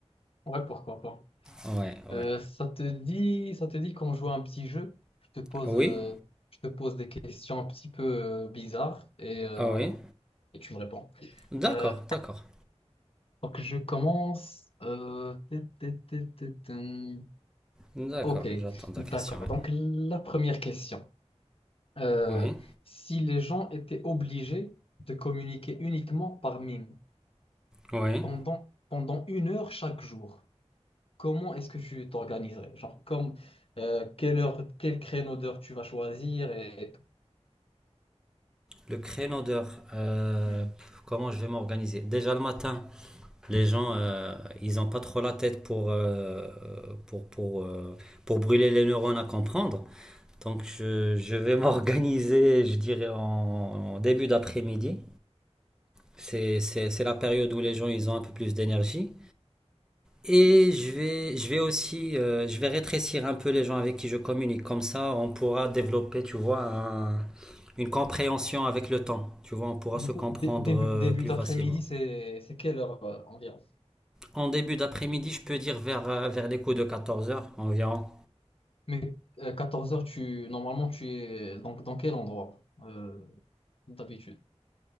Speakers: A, on the left; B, in the centre.
A: ouais, pourquoi pas.
B: Ouais, ouais.
A: Euh, ça te dit, ça te dit qu'on joue à un petit jeu? Je te pose,
B: Oui?
A: euh, je te pose des questions un petit peu euh, bizarres et, euh,
B: Ah oui?
A: et tu me réponds.
B: D'accord,
A: Euh,
B: d'accord.
A: donc je commence. Euh, tut, tut, tut, tut, tum.
B: D'accord,
A: Ok,
B: j'attends ta
A: d'accord.
B: question. ouais.
A: Donc la première question. euh,
B: Oui,
A: si les gens étaient obligés de communiquer uniquement par mime
B: oui.
A: pendant, pendant une heure chaque jour, comment est-ce que tu t'organiserais? Genre, comme, euh, quelle heure, quel créneau d'heure tu vas choisir et, et tout.
B: Le créneau d'heure, euh,
A: Hmm.
B: comment je vais m'organiser? Déjà le matin. Les gens, euh, ils n'ont pas trop la tête pour, euh, pour, pour, euh, pour brûler les neurones à comprendre. Donc, je, je vais <laughs> m'organiser, je dirais, en, en début d'après-midi. C'est, c'est, c'est la période où les gens, ils ont un peu plus d'énergie. Et je vais, je vais aussi, euh, je vais rétrécir un peu les gens avec qui je communique. Comme ça, on pourra développer, tu vois, un- une compréhension avec le temps. Tu vois, on pourra
A: Du
B: se
A: coup,
B: comprendre
A: dé- Début,
B: euh,
A: début
B: plus
A: d'après-midi,
B: facilement.
A: c'est, c'est quelle heure euh, environ?
B: En début d'après-midi, je peux dire vers, euh, vers les coups de quatorze heures environ.
A: Mais euh, 14 heures, tu, normalement, tu es dans, dans quel endroit euh, d'habitude?